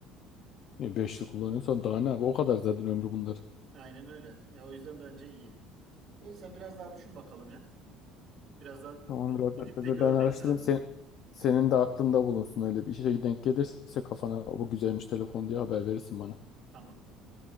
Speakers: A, on the left (about 50°); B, on the right (about 45°).
A: E, Beş yıl kullanıyorsan daha ne abi o kadar zaten ömrü bunların.
B: <laughs> Aynen öyle. E, o yüzden bence iyi. Elisa biraz daha düşün bakalım ya. Biraz daha
A: Tamamdır abi
B: gidip
A: ben,
B: de
A: ben
B: görmek
A: ben araştırayım
B: lazım.
A: sen, senin de aklında bulunsun öyle bir işe denk gelirse kafana bu güzelmiş telefon diye haber verirsin bana.
B: Tamam.